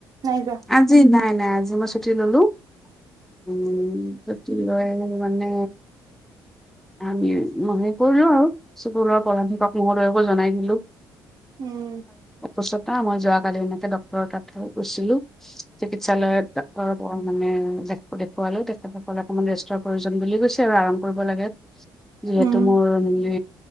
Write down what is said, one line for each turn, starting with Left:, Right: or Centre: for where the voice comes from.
Right: নাই যোৱা
Centre: আজি নাই নাই আজি মই ছুটি ললো উম তয় মানে আমি মনে কৰিলো আৰু চুবৰ পলাধিকক মদয়কো জনাই দিলো
Right: উম
Centre: পাছত অ মই যোৱ কালি এে ড্টৰৰ তাত গৈছিলো চিকিৎসালয়ত ড্তৰৰ মানে দেখ দেখুৱালো তেখেতসকলে অকমান ৰেষ্টৰ প্ৰয়োজন বুলি গৈছে আৰু আৰাম কৰিব লাগে যিহেতু
Right: উম
Centre: মোৰ মানে